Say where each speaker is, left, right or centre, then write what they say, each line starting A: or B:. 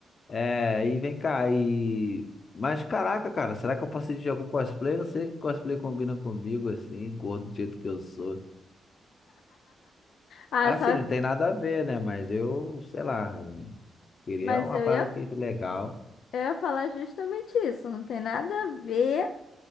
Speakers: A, on the left; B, on the left.
A: É, e vem cá, e. Mas caraca, cara, será que eu posso ir de algum cosplay? Não sei que cosplay combina comigo, assim, gordo do jeito que eu sou.
B: Ah,
A: Assim,
B: sabe?
A: não tem nada a ver, né? Mas eu, sei lá, queria
B: Mas
A: uma
B: eu
A: parada
B: ia,
A: que legal.
B: eu ia falar justamente isso. Não tem nada a ver.